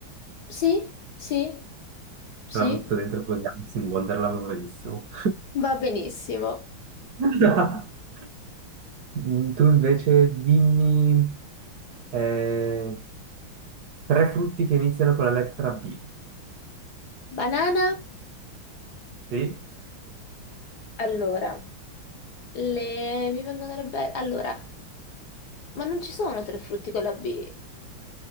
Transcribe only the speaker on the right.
Te La butto dentro così, Alice in Wonderland, va benissimo.
<laughs> Mm, Tu invece dimmi... eh, Tre frutti che iniziano con la lettera B.
Sì,